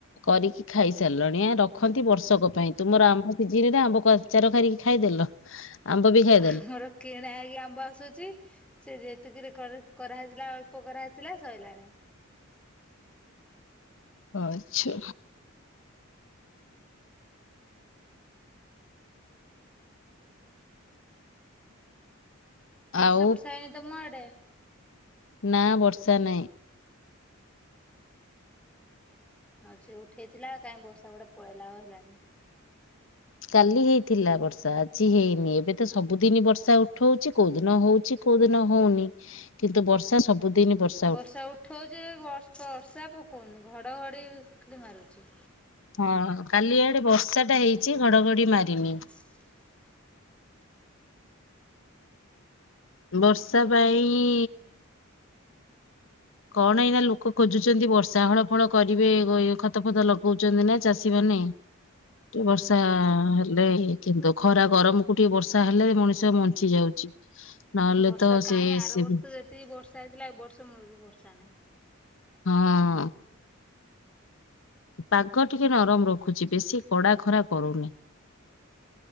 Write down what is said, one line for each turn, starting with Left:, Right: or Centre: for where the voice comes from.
Left: କରିକି ଖାଇସାରିଲାଣିଆ ରଖ ରଖନ୍ତି ବର୍ଷକ
Centre: ହୁଁ।
Left: ପାଇଁ ତୁମର ଆମ୍ବ ସିଜିିନ ରେ ଆମ୍ବ ଆଚାର କରିକି ଖାଇଦେଲ ଆମ୍ବ ବି ଖାଇଦଲ।
Centre: ଆମର କିଣା ହେଇକି ଆମ୍ବ ଆସୁଛି। ସେ ଯେତିକିରେ କରାହେଇଥିଲା ଅଳ୍ପ କରାହେଇଥିଲା ସରିଲାଣି।
Left: ଆଛା
Centre: ବର୍ଷା
Left: ଆଉ
Centre: ବର୍ଷା ହେଇନି ତମ ଆଡେ?
Left: ନା ବର୍ଷା ନାହିଁ।
Centre: ମଝିରେ ଉଠେଇଥିଲା କାଇଁ ବର୍ଷା କୁଆଡେ ପଳେଇଲା ଆଉ ହେଲାନି।
Left: କାଲି ହେଇଥିଲା ବର୍ଷା ଆଜି ହେଇନି ଏବେ ତ ସବୁଦିନ ବର୍ଷା ଉଠଉଛି କୋଉଦିନ ହଉଛି। କୋଉ ଦିନ ହଉନି କିନ୍ତୁ ବର୍ଷା ସବୁ ତ <unintelligible> ବର୍ଷ
Centre: ବର୍ଷା ଉଠଉଛି ବର୍ଷା ପକଉନି ଘଡଘଡି ମାରୁଛି।
Left: ହଁ କାଲି ଆଡେ ବର୍ଷାଟା ହେଇଛି ଘଡଘଡି ମାରିନି।
Centre: <unintelligible>
Left: ବର୍ଷା ପାଇଁ ଇ-ଇ କଣ ଏଇଁନା ଲୋକ ଖୋଜୁଛନ୍ତି ବର୍ଷା। ହଳ ଫଳ କରିବେ ଖତ ଫତ ଲଗଉଛନ୍ତି ନା ଚାଷୀମାନେ। କେ
Centre: ହଁ
Left: ବର୍ଷା ଲେ କିନ୍ତୁ ଖରା ଗରମକୁୁ ଟିକେ ବର୍ଷା ହେଲେ ମଣିଷ ବଞ୍ଚି ଯାଉଛି। ନହେଲେ
Centre: ବର୍ଷା
Left: ତ
Centre: କାଇଁ
Left: ସେ
Centre: ଆର
Left: ସେ
Centre: ବର୍ଷ ଯେତିକି ବର୍ଷା ହେଇଥିଲା ଏ ବର୍ଷ ମୁଳୁ ରୁ ବର୍ଷା ନାହିଁ।
Left: ହଁ। ପାଗ ଟିକେ ନରମ ରଖୁଛି, ବେଶୀ କଡା ଖରା କରୁନି।